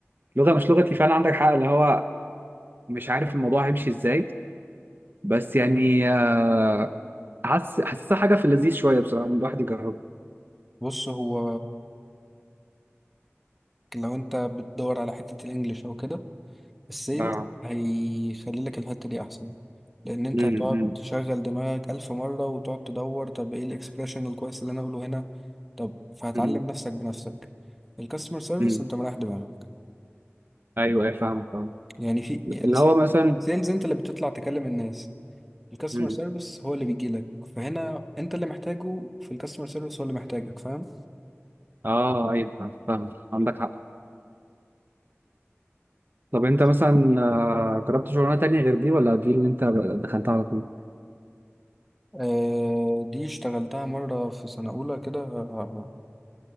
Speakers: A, on the right; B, in the centre.
A: لغه مش لغتي فعلا عندك حق اللي هو مش عارف الموضوع هيمشي ازاي بس يعني آه، حاسس حاسسها حاجه في اللذيذ شويه بصراحه ان الواحد يجربها
B: بص هو لو انت بتدور على حته الانجليش او كده السيل
A: اه
B: هيخلي لك الحتة دي أحسن لأن أنت
A: مم،
B: هتقعد
A: مم،
B: تشغل دماغك ألف مرة وتقعد تدور طب إيه الإكسبريشن الكويس اللي أنا أقوله هنا طب فهتعلم
A: مم،
B: نفسك بنفسك الكاستمر سيرفيس
A: مم.
B: أنت مريح دماغك
A: ايوه ايوه فاهم فاهم
B: يعني في السيل-
A: اللي هو مثلا
B: السيلز أنت اللي بتطلع تكلم الناس الكاستمر
A: مم.
B: سيرفيس هو اللي بيجي لك فهنا أنت اللي محتاجه في الكاستمر سيرفيس هو اللي محتاجك فاهم
A: اه ايوه فاهم فاهم عندك حق طب
B: بس
A: انت مثلا آه، جربت شغلانه تانية غير دي ولا دي اللي انت دخلتها على طول؟
B: آه دي اشتغلتها مرة في سنة أولى كده آه،